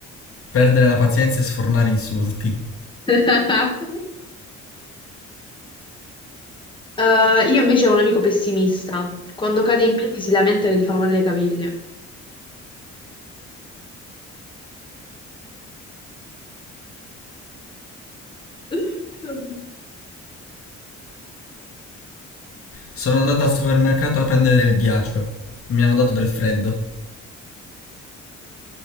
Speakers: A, on the left (about 50°); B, on the left (about 15°).
A: Perdere la pazienza e sfornare insulti.
B: <laughs> Eh, io invece ho un amico pessimista. Quando cade in piedi si lamenta che gli fanno male le caviglie. <laughs>
A: Sono andato al supermercato a prendere il ghiaccio, mi hanno dato del freddo.